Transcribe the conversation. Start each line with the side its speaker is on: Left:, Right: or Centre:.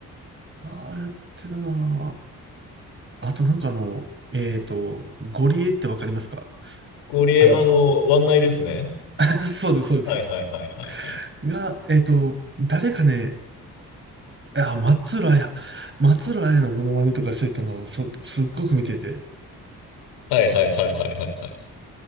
Right: ああ、やってたなー。あとなんかあの、えっと、ゴリエってわかりますか
Left: 氷、
Right: あの、
Left: あの、湾内ですね。
Right: <laughs> そうです、そうです。
Left: はいはいはいはいはい。
Right: が、えっと、誰かね、あ、松浦綾。松浦綾のモノマネとかしてたのを、そ、すっごく見てて、
Left: はいはいはいはいはいはい。